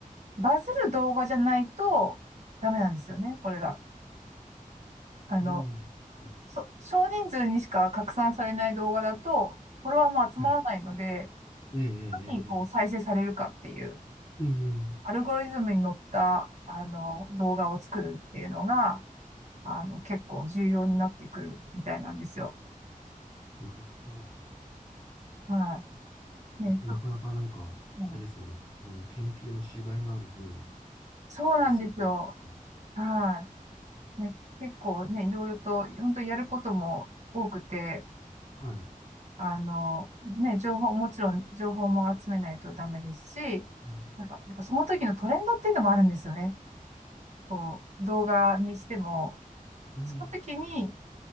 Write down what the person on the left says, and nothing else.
そうなんです
ねはい。ええ、ええ、
ええ。うん、
うんなるほ
ど。
なかなかなんか、
あれですね。あの、研究のしがいのある分野
ですよね。きっと。
はい。
うん、
うん